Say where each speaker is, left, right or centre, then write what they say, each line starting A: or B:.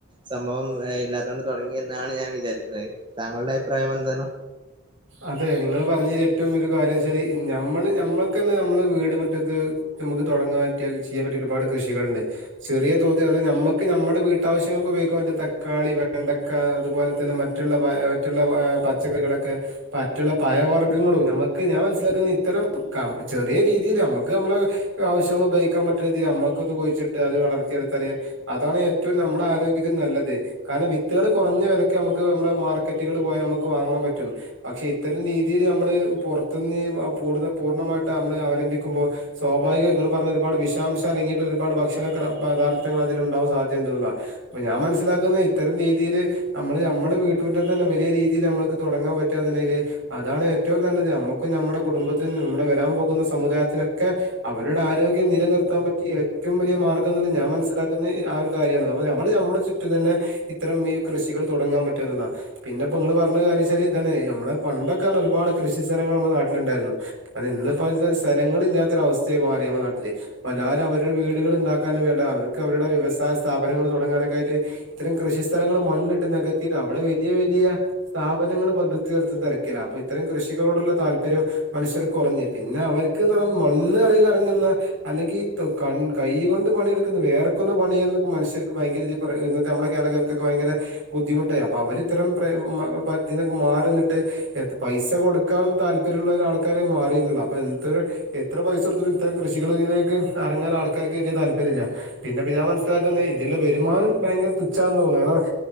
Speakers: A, on the right; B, on the right.
A: സംഭവം ഇല്ലാത്തൊണ്ട് തൊടങ്ങി എന്നാണ് ഞാൻ വിചാരിക്കുന്നത് താങ്കളുടെ അഭിപ്രായം എന്താണ്
B: അതെ നിങ്ങള് പറഞ്ഞേല് ഏറ്റവും ഒരു കാര്യം വെച്ചാല് നമ്മള് നമ്മക്കന്നേ നമ്മളെ വീട് മുറ്റത്ത് നമ്മക്ക് തൊടങ്ങാൻ പറ്റിയ ചെയ്യാൻ പറ്റിയ ഒരുപാട് കൃഷികളുണ്ട് ചെറിയ തോതിൽ അത് നമ്മക്ക് നമ്മടെ വീ ട്ടാവശ്യങ്ങൾക്ക് ഉപയോഗിക്കാൻ പറ്റിയ തക്കാളി വെണ്ടക്ക അതുപോലെ തന്നെ മറ്റുള്ള മറ്റുള്ള ഏഹ് പച്ചക്കറികളൊക്കെ മറ്റുള്ള പഴ വർഗങ്ങളും നമ്മക്ക് ഞാൻ മനസ്സിലാക്കുന്ന ഇത്തരം ക ചെറിയ രീതീല് നമ്മക്ക് നമ്മളെ ആവശ്യങ്ങൾ ഉപയോഗിക്കാൻ പറ്റണ രീതില് നമ്മക്കൊന്ന് പോയി ചിട്ടയാതി വളർത്തി എടുത്താല് അതാണ് ഏറ്റവും നമ്മടാരോഗ്യത്തിന് നല്ലത് കാരണം വിത്ത്കള് കൊറഞ്ഞ വെലക്ക് അമ്മക്ക് അമ്മളെ മാർക്കറ്റുകളും പോയാ അമ്മക്ക് വാങ്ങാൻ പറ്റും പക്ഷെ ഇത്തരം രീതിയില് നമ്മള് പൊറത്ത്ന്ന് വാ പൂട്ത പൂർണമാ ട്ട അമ്മള് അവലംമ്പിക്കുമ്പോ സ്വാഭാവികാ ഇങ്ങള് പർഞ്ഞൊരുപാട് വിഷാംശം അടങ്ങിയിട്ടുള്ളൊരുപാട് ഭക്ഷണ ക്ര പദാർത്ഥങ്ങളതിലുണ്ടാവാൻ സാധ്യത ണ്ട്ന്ന്ള്ളാ അപ്പൊ ഞാൻ മൻസ്സിലാക്കുന്ന ഇത്തരം രീതിയില് അമ്മള് അമ്മളെ വീട്ട്മുറ്റത്തെന്നെ വലിയ രീതിയിലമ്മക്ക് തൊടങ്ങാൻ പ റ്റാന്ന്ണ്ടെങ്കില് അതാണ് ഏറ്റവും നല്ലത് അമ്മക്കും നമ്മടെ കുടുംബത്തിനും നമ്മടെ വരാൻ പോകുന്ന സമുദാ യത്തിനൊക്കെ അവരുടെ ആരോഗ്യം നിലനിർത്താൻ പറ്റിയ ഏറ്റവും വലിയ മാർഗ്ഗം ന്ന്ള്ളെ ഞാൻ മൻസ്സിലാ ക്ക്ന്ന് ആ ഒരു കാര്യാണ്. അപ്പൊ നമ്മള് നമ്മളെ ചുറ്റും തെന്നെ ഇത്തരം ഈ കൃഷികൾ തൊടങ്ങാൻ പറ്റും ന്ന്ള്ളാ. പിന്നെ പ്പോ ഇങ്ങള് പർഞ്ഞ കാര്യച്ചാല് ഇതാണ് നമ്മളെ പണ്ടൊക്കർഞ്ഞാ ഒരുപാട് കൃഷി സ്ഥലങ്ങള് നമ്മളെ നാട്ടില്ണ്ടായിരുന്നു. അത് ഇന്ന്പ്പൊ അതിനൊരു സ്ഥലങ്ങളില്ലാത്തൊരവസ്ഥയായി മാറി നമ്മളെ നാട്ടില് പ്പല്ലാരവരുടെ വീടുകള്ണ്ടാക്കാനും വേണ്ട അവർക്ക് അവരുടെ വ്യവസായ സ്ഥാപനങ്ങള് തൊടങ്ങാനൊക്കായിട്ട് ഇത്രീം കൃഷി സ്ഥലങ്ങള് മണ്ണ്ട്ട് നെകത്തിയിട്ട് അവടെ വലിയ വലിയ സ്ഥാപനങ്ങള് പടുത്തുയർത്തുന്ന തെരക്കില അപ്പൊ ഇത്തരം കൃഷികളോടുള്ള താല്പര്യം മനുഷ്യർക്ക് കൊറഞ്ഞ് പിന്നെ അവർക്ക്ന്നർഞ്ഞ മണ്ണ് അറിലെറങ്ങ്ന്ന അല്ലെങ്കി തൊ കൺ കൈ കൊണ്ട് പണിയെട്ക്ക്ന്ന വേർക്ക്ന്ന പണിയന്നൊക്കെ മനുഷ്യർക്ക് ഭയങ്കരത് കൊറേ ഇന്നത്തെ അമ്മളെ കേളകാർക്കൊക്കെ വയങ്കര ബുദ്ധിമുട്ടായി അപ്പൊ അവരിത്തരം പ്രേ മ പതിനെ മാറിന്ന്ട്ട് എത് പൈസ കൊടുക്കാൻ താല്പര്യള്ളൊരാൾക്കാരെ മാറീന്ന്ള്ള അപ്പൊ എന്തൊരു എത്ര പൈസൊട്ത്ത്ട്ടും ഇത്തരം കൃഷികളിലേക്ക് എറങ്ങാ ആൾക്കാക്ക് വെല്ല്യെ താല്പര്യല്ല. പിന്നെപ്പൊ ഞാൻ മൻസ്സിലാക്കുന്നത് ഇതിന്റെ വരുമാനും ഭയങ്കര തുച്ഛാന്ന് തോന്നുന്നു കാരണം